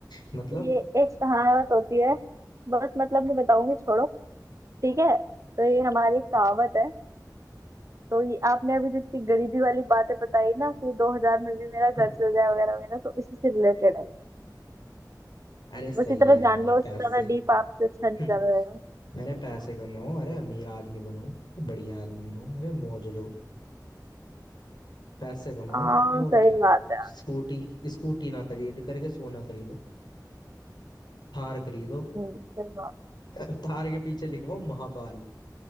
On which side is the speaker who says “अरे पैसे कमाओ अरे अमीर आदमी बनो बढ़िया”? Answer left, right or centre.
Left